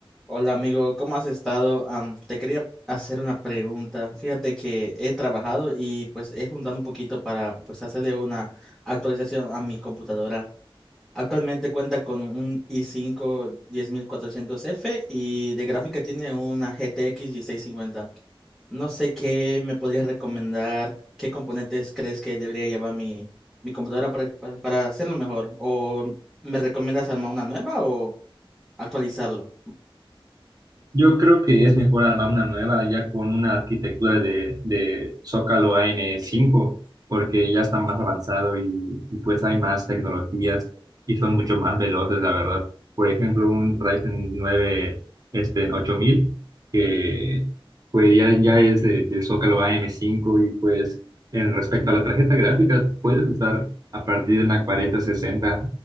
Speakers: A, in the centre; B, on the right.
A: Hola amigo, ¿cómo has estado? Am, te quería hacer una pregunta. Fíjate que he trabajado y pues he juntado un poquito para pues hacerle una actualización a mi computadora. Actualmente cuenta con un i5 10400F y de gráfica tiene una GTX 1650. No sé qué me podrías recomendar, qué componentes crees que debería llevar mi, mi computadora para, para para hacerlo mejor. ¿O me recomiendas armar una nueva o actualizarlo?
B: Yo creo que es mejor armar una nueva ya con una arquitectura de, de Zócalo A m cinco porque ya está más avanzado y, y pues hay más tecnologías y son mucho más veloces, la verdad. Por ejemplo, un Ryzen nueve este, 8000 que pues ya, ya es eh, del Zócalo A m cinco y pues en respecto a la tarjeta gráfica, puedes usar a partir de una cuarenta sesenta